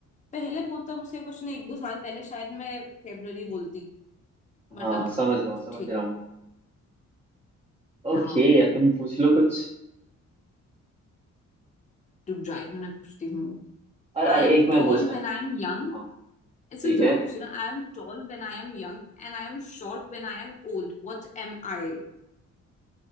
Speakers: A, on the left; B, on the right.
A: पहले बोलता मुझसे क्वेश्चन एक दो साल पहले शायद मैं फेब्रुअरी बोलती बट
B: हाँ
A: अब
B: समझ रहा हूँ समझ
A: ठीक
B: रहा
A: है
B: हूँ ओके
A: हाँ
B: यार तुम पूछ लो कुछ
A: रुक जाओ एक मिनट मैं पूछती हूँ
B: अरे अरे
A: I am
B: एक मैं
A: tall
B: पूछता
A: when
B: हूँ
A: I am young
B: हाँ
A: सुन
B: ठीक
A: तूने
B: है
A: पूछती ना I am tall when I am young and I am short when I am old what am I